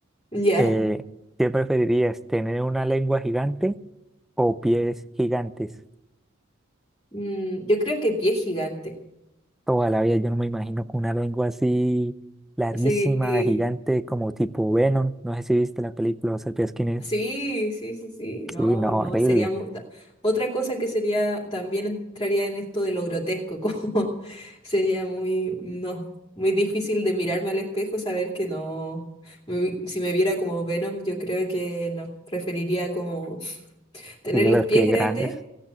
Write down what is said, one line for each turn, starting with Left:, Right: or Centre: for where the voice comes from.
Left: Ya.
Centre: Eh, ¿qué preferirías, tener una lengua gigante o pies gigantes?
Left: Mm, yo creo que pie gigante.
Centre: Toda la vida yo no me imagino con una lengua así larguísima,
Left: Sí, sí,
Centre: gigante, como tipo Venom. No sé si viste la película o sabías quién es.
Left: sí, sí, sí. No,
Centre: Sí, no,
Left: no,
Centre: horrible.
Left: sería mu- ta- otra cosa que sería, también entraría en esto de lo grotesco, <laughs> como sería muy, no, muy difícil de mirarme al espejo, saber que no, me vi- si me viera como Venom, yo creo que no, preferiría como tener
Centre: Y
Left: los
Centre: los
Left: pies
Centre: pies
Left: grandes,
Centre: grandes.